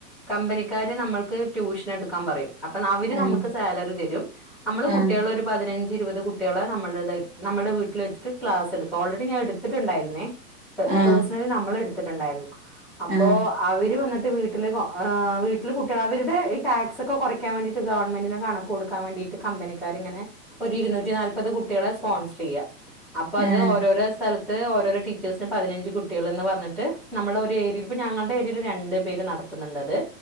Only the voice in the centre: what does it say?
കമ്പനിക്കാര് നമ്മൾക്ക് ട്യൂഷനെടുക്കാൻ പറയും അപ്പ അവര്
നമ്മക്ക് സാലറിതരും നമ്മള്
കുട്ടികളൊരു പതിനഞ്ച് ഇരുപത് കുട്ടികള നമ്മുടെതായിട്ട് നമ്മുടെ വീട്ടിൽ വെച്ചിട്ട് ക്ലാസ്ടുക്ക ഓൾറെഡി ഞാനെടുത്തിട്ടുണ്ടായിരുന്നേ
പേഴ്സണലി നമ്മളെടുത്തിട്ടുണ്ടായിരുന്നു അപ്പോ
അവര് വന്നിട്ട് വീട്ടില് വീട്ടില് കുട്ടികള് അവരുടെ ടാക്സൊക്കെ കുറക്കാൻ വേണ്ടിട്ട് ഗവൺമെന്റിന് കണക്ക് കൊടുക്കാൻ വേണ്ടിട്ട് ഇന്നിട്ട് കമ്പനിക്കാരിങ്ങനെ ഒരു ഇരുന്നൂറ്റിനാൽപ്പത് കുട്ടികളെ സ്പോൺസർ ചെയ്യ അപ്പൊ അത്
ഓരോരോ സ്ഥലത്ത് ഓരോരോ ടീച്ചേഴ്സിന് പതിനഞ്ച് കുട്ടികള്ന്ന് പറഞ്ഞിട്ട് നമ്മൾടെ ഒരു ഏരിയയിൽ ഇപ്പോ ഞങ്ങളുടെ ഏരിയയിൽ രണ്ടുപേര് നടത്തുന്നുണ്ടത്